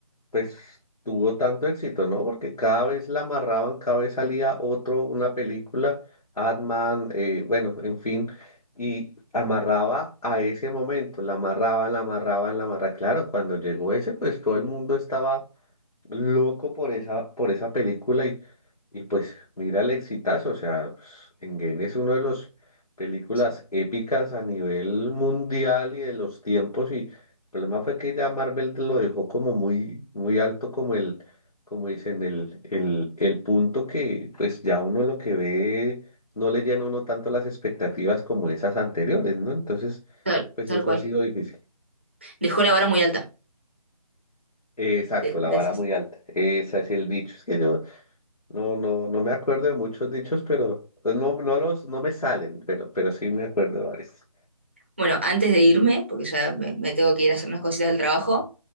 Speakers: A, on the left; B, on the right.
A: pues tuvo tanto éxito, ¿no? Porque cada vez la amarraban, cada vez salía otro, una película, Ant-Man, eh, bueno, en fin, y amarraba a ese momento, la amarraban, la amarraban, la amarraban. Claro, cuando llegó ese, pues todo el mundo estaba loco por esa, por esa película y, y pues mira el exitazo, o sea, Engen es uno de los películas
B: Sí,
A: épicas a nivel mundial y de los tiempos y el problema fue que ya Marvel te lo dejó como muy, muy alto como el, como dicen, el, el, el punto que pues ya uno lo que ve no le llena a uno tanto las expectativas como esas anteriores, ¿no? Entonces,
B: tal,
A: pues
B: tal
A: eso
B: cual.
A: ha sido difícil.
B: Dejó la vara muy alta,
A: Exacto,
B: de-
A: la
B: decís.
A: vara muy alta. Ese es el dicho. Es que yo, No, no, no me acuerdo de muchos dichos, pero no, no los, no me salen, pero, pero sí me acuerdo de varios.
B: Bueno, antes de irme, porque ya me, me tengo que ir a hacer unas cositas del trabajo,